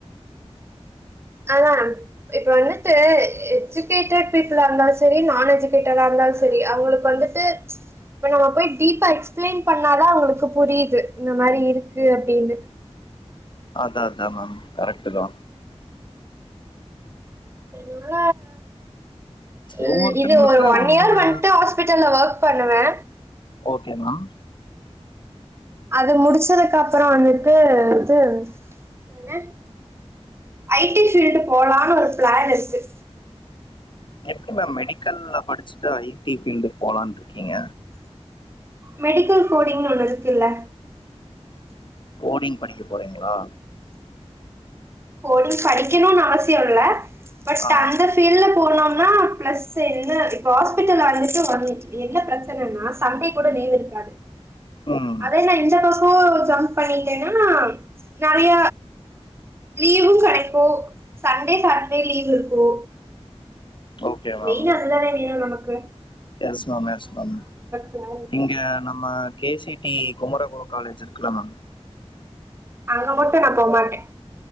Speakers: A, on the right; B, on the left.
A: அதா இப்ப வந்துட்டு எஜுகேட்டட் பீப்புளா இருந்தாலு செரி நான் எஜுகேட்டடா இருந்தாலு செரி அவுங்களுக்கு வந்துட்டு இப்ப நம்ம போய் டீப்பா எக்ஸ்பிளைன் பண்ணாதா அவுங்களுக்கு புரியுது இந்த மாரி இருக்கு அப்டின்னு
B: அதா அதா மேம் கரெட்டு தா
A: ங்கள இது
B: ஒவ்வொருத்தங்களுக்கு
A: இது ஒரு ஒன்
B: ஒவ்வொரு
A: இயர் வந்ட்டு ஹாஸ்பிட்டல்ல ஒர்க் பண்ணுவே
B: ஓகேமா
A: அது முடிச்சதுக்கு அப்புறோ வந்துட்டு வந்து இது ஐடி ஃபீல்டு போலான்னு ஒரு பிளான் இருக்கு
B: எப்டி மேம் மெடிக்கல்ல படிச்சுட்டு ஐடி ஃபீல்டு போலான் இருக்கீங்க
A: மெடிக்கல் கோடிங்ன்னு ஒண்ணு இருக்கு இல்ல
B: கோடிங் படிக்க போறீங்களா
A: கோடிங் படிக்கணுனு அவசிய இல்ல பட்
B: ஆ
A: அந்த ஃபீல்ல போனா ஆனா பிளஸ் என்ன இப்ப ஹாஸ்பிட்டல் வந்துட்டு என்ன பிரச்சனன்னா சண்டே கூட லீவு இருக்காது
B: ம்
A: அதெல்லா இந்த தோச போ ஜம்ப் பண்ணிட்டேனா நெறைய லீவு கெடைக்கு சண்டே சாட்டர்டே லீவ் இருக்கு
B: ஓகே மேம்
A: மெயின் அது தானே வேணு நமக் கு
B: yes ma'am yes ma'am
A: plan
B: இங்க நம் கேசிடி குமரகுர காலேஜ் இருக்கல ஆ
A: அங்க மட்டு நா போமாட்ட